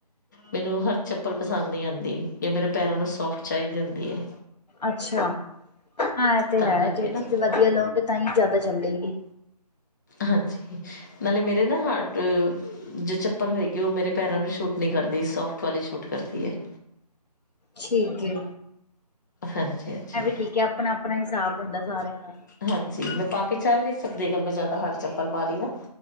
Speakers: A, on the left (about 25°); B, on the left (about 75°).
A: ਮੈਨੂੰ ਹਰ ਚੱਪਲ ਪਸੰਦ ਨੀ ਆਉਂਦੀ ਜਾਂ ਮੇਰੇ ਪੈਰਾਂ ਨੂੰ ਸੋਫਟ ਚਾਹੀਦੀ ਹੁੰਦੀ ਹੈ
B: ਅੱਛਾ, ਹਾਂ ਇਹ ਤੇ
A: ਤਾਂ
B: ਹੈ,
A: ਕਰਕੇ
B: ਜੇ ਤੁਸੀਂ
A: ਨਾ
B: ਵਧੀਆ ਲਓਗੇ ਤਾਂ, ਹੀ ਜ਼ਿਆਦਾ ਚੱਲੇਗੀ।
A: ਹਾਂਜੀ, ਨਾਲੇ ਮੇਰੇ ਨਾ ਹਾਰਡ ਜੋ ਚੱਪਲ ਹੋਏਗੀ, ਉਹ ਮੇਰੇ ਪੈਰਾਂ ਨੂੰ ਸ਼ੂਟ ਨਹੀਂ ਕਰਦੀ, ਸੋਫਟ ਵਾਲੀ ਸ਼ੂਟ ਕਰਦੀ ਹੈ।
B: ਠੀਕ ਹੈ,
A: ਹਾਂਜੀ ਹਾਂਜੀ
B: ਇਹ ਵੀ ਠੀਕ ਹੈ ਆਪਣਾ -ਆਪਣਾ ਹਿਸਾਬ ਹੁੰਦਾ ਸਾਰਿਆਂ ਦਾ।
A: ਹਾਂਜੀ, ਮੈਂ ਪਾ ਕੇ ਚੱਲ ਨਹੀਂ ਸਕਦੀ ਅਗਰ ਮੈਂ ਜ਼ਿਆਦਾ ਹਡ ਚੱਪਲ ਪਾ ਲਈ, ਨਾ